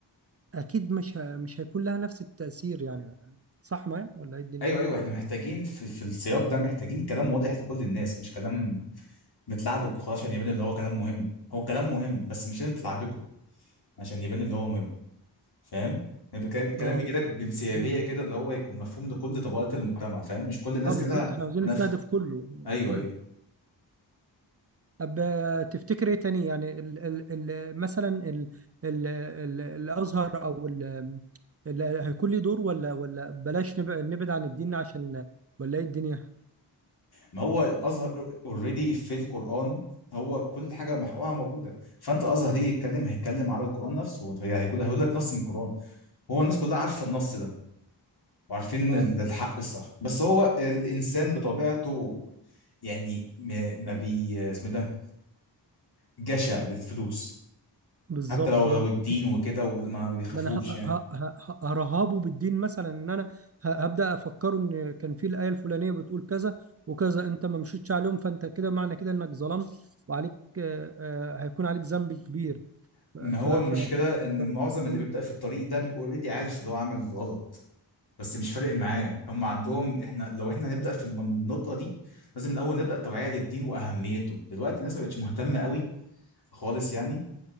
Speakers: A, on the right; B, on the left.
A: اكيد مش ه... مش هيكون لها نفس التأثير يعني صح معايا ولا ايه الدنيا
B: ايوه ايوه احنا محتاجين في, في السياق ده محتاجين كلام واضح لكل الناس مش كلام متلعبك وخلاص عشان يبان اللي هو كلام مهم هو كلام مهم بس مش انت تلعبكه عشان يبان اللي هو مهم فاهم يعني الك- الكلام
A: اه
B: بيجي لك بانسيابيه
A: مم.
B: كده اللي هو يكون مفهوم لكل طبقات المجتمع فاهم مش كل الناس
A: اه بالظبط
B: جالها
A: احنا عاوزين
B: نفس
A: نستهدف كله
B: ايوه
A: كله
B: ايوه
A: طب آه، تفتكر ايه تاني يعني ال... ال... ال... مثلا ال... ال... ال... الازهر او ال... ال... هيكون ليه دور ولا ولا بلاش نبعد نبعد عن الدين عشان ولا ايه الدنيا
B: ما هو الازهر اوريدي في القران هو كل حاجه محورها موجوده فانت الازهر هيجي يتكلم هيتكلم على القران نفسه هي هيقول هيقول لك نص من القران هو الناس كلها عارفه النص ده وعارفين
A: اه
B: ال- الحق الصح بس هو الانسان بطبيعته يعني ما ما بي اسمه ده جشع للفلوس
A: بالظبط
B: حتى لو
A: اه
B: لو الدين وكده وما بيخافوش
A: ما انا ه- ه-
B: يعني
A: ه- ه- هرهبه بالدين مثلا ان انا ه- هبدا افكره ان كان في الايه الفلانيه بتقول كذا وكذا انت ما مشيتش عليهم فانت كده معنى كده انك ظلمت وعليك آه، آه، هيكون عليك ذنب كبير
B: ما
A: ف
B: هو
A: ف
B: المشكله
A: ف
B: ان
A: ف-
B: معظم اللي
A: مم.
B: بيبدا في الطريق ده بيبقى اوريدي عارف اللي هو عمل غلط بس مش فارق معاه هم عندهم احنا لو احنا هنبدا في النقطه دي لازم الاول نبدا توعيه للدين واهميته دلوقتي الناس ما بقتش مهتمه قوي خالص يعني